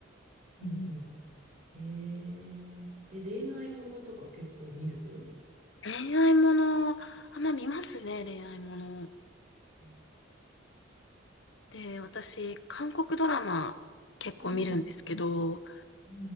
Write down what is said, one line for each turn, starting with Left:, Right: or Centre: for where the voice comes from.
Right: うんうん。
Left: うん
Right: ええ、え、恋愛ものとか結構見る
Left: 恋愛もの、あんま見ますね、恋愛もの。
Right: うん
Left: で、私、韓国ドラマ結構見るんですけど、
Right: うんうん